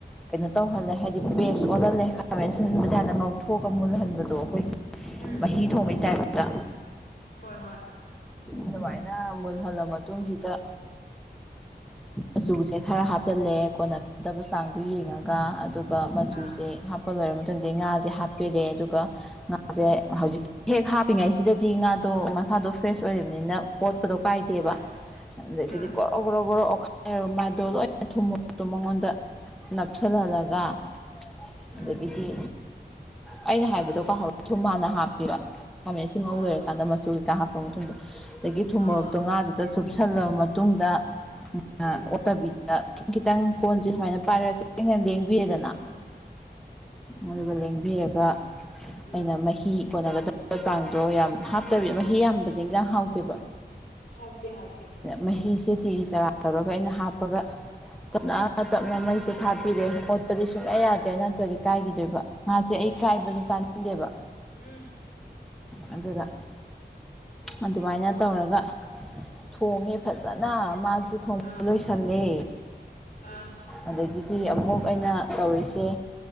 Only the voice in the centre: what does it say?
ꯀꯩꯅꯣ ꯇꯧꯍꯜꯂꯦ ꯍꯥꯏꯗꯤ ꯄꯦꯁ ꯑꯣꯜꯍꯜꯂꯦ ꯈꯥꯃꯦꯟ ꯑꯁꯤꯟꯕꯖꯦ ꯍꯥꯟꯅ ꯉꯧꯊꯣꯛꯑꯒ ꯃꯨꯜꯍꯟꯕꯗꯣ ꯑꯈꯣꯏꯒꯤ__
ꯃꯍꯤ ꯊꯣꯡꯕꯩ ꯇꯥꯏꯞꯇ
ꯑꯗꯨꯃꯥꯏꯅ ꯃꯨꯜꯍꯜꯂ ꯃꯇꯨꯡꯖꯤꯗ ꯃꯆꯨꯁꯦ ꯈꯔ ꯍꯥꯞꯆꯜꯂꯦ ꯀꯣꯟꯅꯗꯕ ꯆꯥꯡꯗꯨ ꯌꯦꯡꯉꯒ ꯑꯗꯨ__ ꯒ ꯃꯆꯨꯁꯦ
ꯍꯥꯞꯄ ꯂꯣꯏꯔ ꯃꯇꯨꯡꯗ ꯉꯥꯖꯦ ꯍꯥꯞꯄꯤꯔꯦ ꯑꯗꯨꯒ ꯉꯥꯖꯦ
ꯍꯧꯖꯤꯛ__ ꯍꯦꯛ ꯍꯥꯞꯄꯤꯉꯩꯁꯤꯗꯗꯤ ꯉꯥꯗꯣ ꯃꯁꯥꯗꯣ ꯐ꯭ꯔꯦꯁ ꯑꯣꯏꯔꯤꯝꯅꯤꯅ ꯑꯣꯠꯄꯗꯣ ꯀꯥꯏꯗꯦꯕ
ꯑꯗꯨꯒꯤꯗꯤ
ꯒꯣꯔ__ ꯑꯧ ꯒꯣꯔꯣ ꯒꯣꯔꯣ ꯑꯣꯠꯈꯥꯏꯔ ꯃꯥꯥꯏꯗꯣ ꯂꯣꯏꯅ ꯊꯨꯝꯃꯨꯛꯇꯣ ꯃꯉꯣꯟꯗ ꯅꯞꯁꯤꯜꯍꯜꯂꯒ
ꯑꯗꯒꯤꯗꯤ ꯑꯩꯅ ꯍꯥꯏꯕꯗꯣ ꯀꯥꯎꯍꯧ ꯊꯨꯝ ꯍꯥꯅ ꯍꯥꯞꯄꯦꯕ ꯈꯥꯃꯦꯟꯁꯤꯟ ꯉꯧ
ꯂꯣꯏꯔꯀꯥꯟꯗ ꯃꯆꯨ ꯀꯩꯀꯥ ꯍꯥꯞꯄ ꯃꯇꯨꯡꯗ ꯑꯗꯒꯤ ꯊꯨꯝꯃꯣꯔꯨꯛꯇꯣ
ꯉꯥꯗꯨ‍‍ ꯇꯥ ꯆꯨꯞꯁꯤꯜꯂꯕ ꯃꯇꯨꯡꯗ <unintelligible> ꯑꯣꯠꯇꯕꯤ
<unintelligible> ꯈꯤꯇꯪ ꯀꯣꯟꯖꯦ ꯁꯨꯃꯥꯏꯅ ꯄꯥꯏꯔꯒ ꯈꯤꯇꯪ ꯈꯤꯇꯪ ꯂꯦꯡꯕꯤꯔꯦꯗꯅ
ꯑꯗꯨꯒ ꯂꯦꯡꯕꯤꯔꯒ
ꯑꯩꯅ ꯃꯍꯤ ꯀꯣꯟꯅꯒꯗ ꯆꯥꯡꯗꯣ ꯌꯥꯝ ꯍꯥꯞꯇꯕꯤ ꯃꯍꯤ ꯌꯥꯝꯕꯖꯦ ꯏꯟꯖꯥꯡ ꯍꯥꯎꯇꯦꯕ
ꯃꯍꯤꯖꯦ ꯆꯤꯔꯤ ꯆꯤꯔꯥ ꯇꯧꯔꯒ ꯑꯩꯅ ꯍꯥꯞꯄꯒ ꯇꯞꯅ ꯇꯞꯅ ꯃꯩꯁꯦ ꯊꯥꯕꯤꯔꯦ ꯑꯣꯠꯄꯗꯤ ꯁꯨꯡꯌꯥ ꯌꯥꯗ꯭ꯔꯦ ꯅꯠꯇ꯭ꯔꯗꯤ ꯀꯥꯏꯒꯤꯗꯣꯏꯕ ꯉꯥꯖꯦ ꯑꯩ ꯀꯥꯏꯕꯖꯦ
ꯆꯥꯅꯤꯡꯗꯦꯕ
ꯑꯗꯨꯅ ꯑꯗꯨꯃꯥꯏꯅ ꯇꯧꯔꯒ ꯊꯣꯡꯉꯦ ꯐꯖꯅ ꯃꯥꯖꯨ ꯊꯣꯡꯕ
ꯂꯣꯏ ꯁꯜꯂꯦ
ꯑꯗꯒꯤꯗꯤ ꯑꯃꯨꯛ ꯑꯩꯅ ꯇꯧꯔꯤꯁꯦ